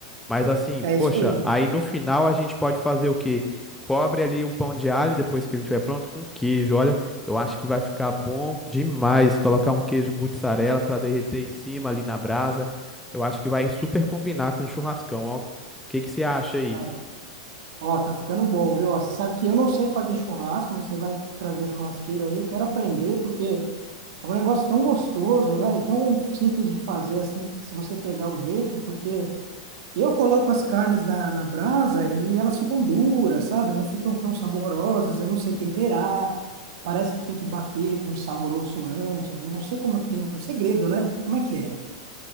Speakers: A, in the centre; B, on the right.
A: Mas assim,
B: É
A: poxa,
B: isso aí,
A: aí no final a gente pode fazer o quê? Cobre ali o pão de alho depois que ele estiver pronto com queijo. Olha, eu acho que vai ficar bom demais colocar um queijo mussarela para derreter em cima ali na brasa. Eu acho que vai super combinar com o churrascão, ó. O que que você acha aí?
B: cara. Ó, tá ficando bom, viu? Ó, você sabe que eu não sei fazer churrasco, você vai trazer o churrasqueiro aí, eu quero aprender, porque é um negócio tão gostoso, né? E tão simples de fazer assim, que se você pegar o jeito, porque eu coloco as carnes na, na brasa e elas ficam duras, sabe? Não ficam tão saborosas, eu não sei temperar, parece que tem que bater com sal grosso antes, eu não sei como é que tem, um segredo, né? Como é que é?